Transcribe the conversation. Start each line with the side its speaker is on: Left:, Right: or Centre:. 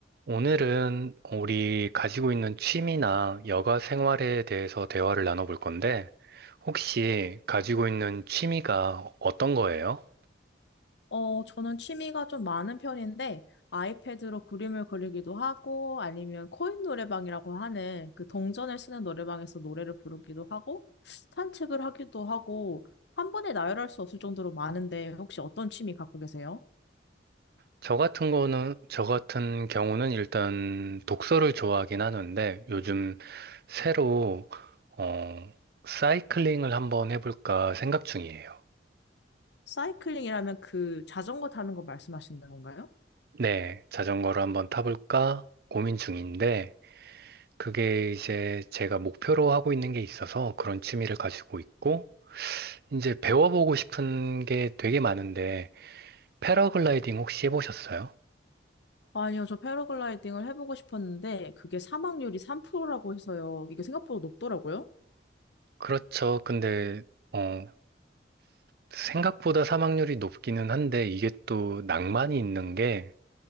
Right: 오늘은 우리 가지고 있는 취미나 여가 생활에 대해서 대화를 나눠볼 건데, 혹시 가지고 있는 취미가 어떤 거예요?
Left: 어, 저는 취미가 좀 많은 편인데, 아이패드로 그림을 그리기도 하고, 아니면 코인 노래방이라고 하는 그 동전을 쓰는 노래방에서 노래를 부르기도 하고, 산책을 하기도 하고, 한 번에 나열할 수 없을 정도로 많은데, 혹시 어떤 취미 갖고 계세요?
Right: 저 같은 거는, 저 같은 경우는 일단 독서를 좋아하긴 하는데, 요즘 새로, 어, 사이클링을 한번 해볼까 생각 중이에요.
Left: 사이클링이라면 그 자전거 타는 거 말씀하시는 건가요?
Right: 네, 자전거를 한번 타볼까 고민 중인데, 그게 이제 제가 목표로 하고 있는 게 있어서 그런 취미를 가지고 있고, 이제 배워보고 싶은 게 되게 많은데, 패러글라이딩 혹시 해보셨어요?
Left: 아니요, 저 패러글라이딩을 해보고 싶었는데, 그게 사망률이 3%라고 해서요. 이게 생각보다 높더라고요.
Right: 그렇죠. 근데, 어, 생각보다 사망률이 높기는 한데, 이게 또 낭만이 있는 게,